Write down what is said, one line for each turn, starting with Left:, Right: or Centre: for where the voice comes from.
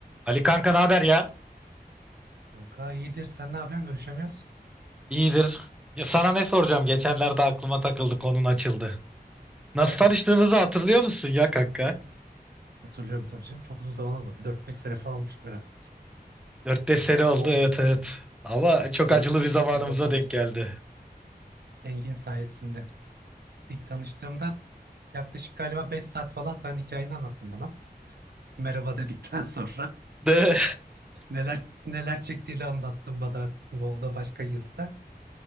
Centre: Ali kanka ne haber ya?
Right: Kanka iyidir. Sen ne yapıyorsun? Görüşemiyoruz.
Centre: İyidir. Ya sana ne soracağım? Geçenlerde aklıma takıldı, konun açıldı. Nasıl
Right: Hayrola?
Centre: tanıştığımızı hatırlıyor musun ya kanka?
Right: Hatırlıyorum tabii canım. Çok uzun zaman olmadı. Dört beş sene falan olmuştur herhalde.
Centre: 4-5 sene oldu
Right: WoW,
Centre: evet evet. Ama çok
Right: WoW,
Centre: acılı bir zamanımıza
Right: WoW'da tanıştım.
Centre: denk geldi.
Right: Engin sayesinde. İlk tanıştığımda yaklaşık galiba 5 saat falan sen hikayeni anlattın bana. Merhaba dedikten sonra
Centre: De.
Right: <laughs> neler neler çektiğini anlattın bana WoW'da başka yılda.